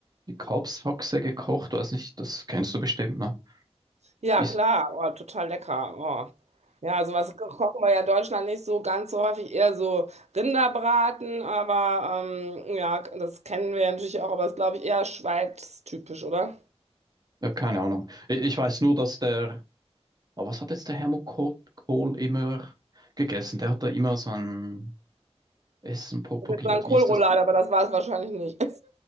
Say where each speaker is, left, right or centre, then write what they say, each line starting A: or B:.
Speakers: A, on the right; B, on the right.
A: die Kalbshaxe gekocht. Weiß nicht, das kennst du bestimmt, ne?
B: Ja,
A: Ist,
B: klar, oh, total lecker. Oh. Ja, sowas kochen wir ja in Deutschland nicht so ganz so häufig, eher so Rinderbraten, aber ähm, ja, das kennen wir ja natürlich auch, aber das ist, glaube ich, eher schweiztypisch, oder?
A: Ja, keine Ahnung. I- Ich weiß nur, dass der, aber was hat jetzt der Helmut Kohl Kohl immer gegessen? Der hat da immer so ein Essen propagiert.
B: Ich würde jetzt sagen Kohlroulade,
A: Wie ist das?
B: aber das war es wahrscheinlich nicht.